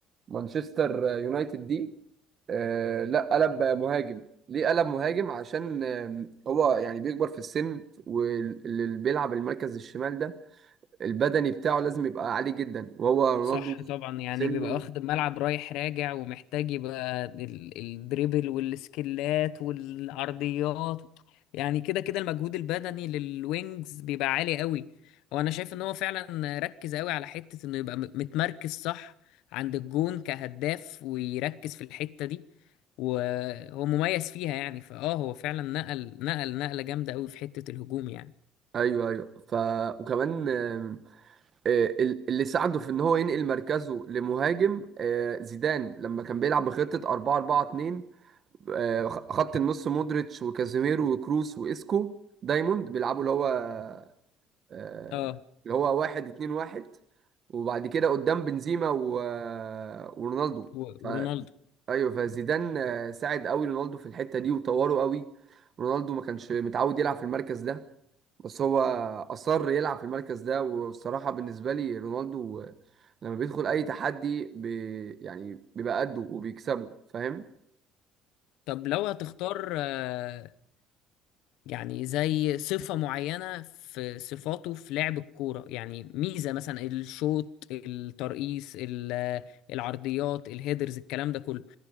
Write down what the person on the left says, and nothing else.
صح طبعا يعني
بيبقى واخد الملعب رايح راجع ومحتاج يبقى ال- الدريبل والسكلات والعرضيات يعني كده كده المجهود البدني للوينجز بيبقى عالي قوي وانا شايف ان هو فعلا ركز قوي على حتة انه يبقى م- متمركز صح عند الجون كهداف ويركز في الحتة دي وهو مميز فيها يعني فاه هو فعلا نقل نقل نقلة جامدة قوي في حتة الهجوم يعني
اه
و-
ورونالدو
طب لو هتختار آه، يعني زي صفة معينة في صفاته في لعب الكورة يعني ميزة مثلا الشوط الترقيص ال- العرضيات الهيدرز الكلام ده كله